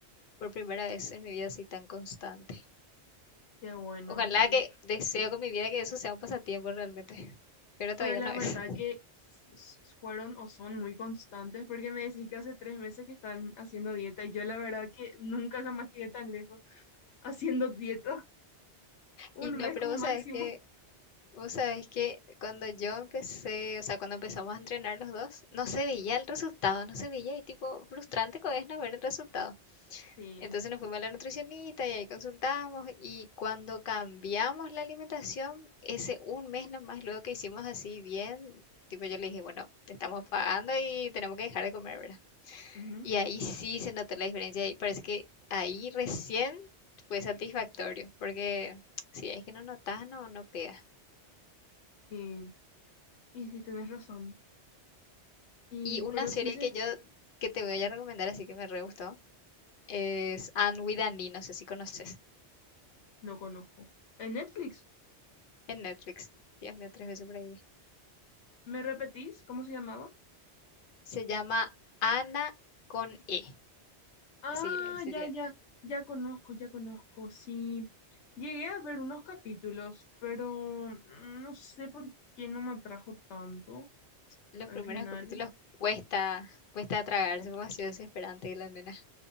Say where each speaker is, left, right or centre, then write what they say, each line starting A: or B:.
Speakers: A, on the left; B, on the left.
A: por primera vez en mi vida así tan constante.
B: qué bueno.
A: Ojalá
B: Y,
A: que deseo con mi vida que eso sea un pasatiempo realmente, pero todavía
B: pero la
A: no es.
B: verdad
A: <laughs>
B: que s- fueron o son muy constantes, porque me decís que hace tres meses que están haciendo dieta, y yo la verdad que nunca jamás llegué tan lejos. haciendo dieta, un
A: Y no,
B: mes
A: pero
B: como
A: vos
B: máximo.
A: sabés que, vos sabés que cuando yo empecé, o sea, cuando empezamos a entrenar los dos, no se veía el resultado, no se veía y tipo frustrante que es no ver el resultado.
B: Sí,
A: Entonces nos fuimos a la nutricionista y ahí consultamos y cuando cambiamos la alimentación, ese un mes nomás luego que hicimos así bien, tipo yo le dije, bueno, te estamos pagando y tenemos que dejar de comer, ¿verdad?
B: ujú,
A: Y ahí sí se notó la diferencia y parece que ahí recién fue satisfactorio, porque si es que no notas, no, no pega.
B: sí, y sí, tenés razón. Y,
A: Y una
B: pero
A: serie
B: Caesar,
A: que yo, que te voy a recomendar, así que me re gustó, es Anne with an E no sé si conoces,
B: no conozco. En Netflix,
A: en Netflix. Dios mío, tres veces por ahí. vi.
B: ¿me repetís cómo se llamaba?
A: Se llama Ana con E,
B: Ah,
A: así en serio.
B: ya, ya, ya conozco, ya conozco, sí. Llegué a ver unos capítulos, pero mm, no sé por qué no me atrajo tanto
A: Los
B: al
A: primeros
B: final.
A: capítulos cuesta, cuesta tragarse, como ha sido desesperante la nena.